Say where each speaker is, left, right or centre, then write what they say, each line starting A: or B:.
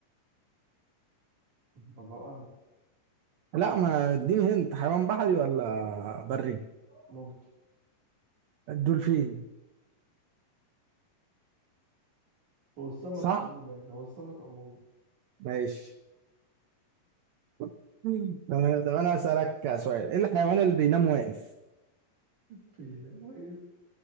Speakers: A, on the right; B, on the right.
A: <laughs> الله أعلم
B: لا ما اديني هنت حيوان بحري ولا بري
A: ممكن
B: الدولفين
A: هو السمك
B: صح
A: عموما يعني هو السمك عموما
B: ماشي <laughs> طب انا اسالك سؤال ايه الحيوان اللي بينام واقف
A: في واقف